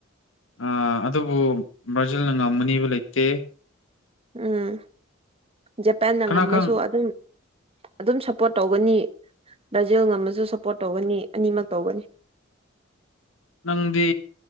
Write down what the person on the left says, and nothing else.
ꯑ ꯑꯗꯨꯕꯨ ꯕ꯭ꯔꯥꯖꯤꯜꯅ ꯉꯝꯃꯅꯤꯕ ꯂꯩꯇꯦ
ꯀꯅꯥ
ꯈꯪ
ꯅꯪꯗꯤ